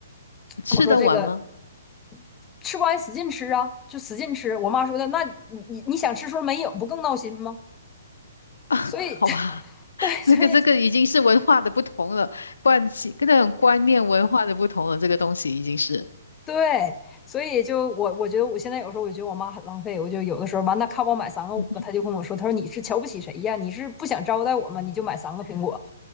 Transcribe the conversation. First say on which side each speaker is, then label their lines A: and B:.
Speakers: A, on the left; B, on the left.
A: 吃得完吗？
B: 我说这个 <laughs> 吃不完使劲吃啊，就使劲吃。我妈说的那你你你想吃时候没有，不更闹心吗？
A: <laughs> 啊，
B: 所以
A: 好吧，
B: <laughs> 对，所以
A: 这个这个已经是文化的不同了，惯性跟那种观念文化的不同了，这个东西已经是，
B: 对，所以就我，我觉得我现在有时候我觉得我妈很浪费，我就有的时候完，那看我买三个五个，
A: 嗯哼，
B: 她就跟我说，她说你是瞧不起谁呀？你是不想招待我吗？你就买三个苹果。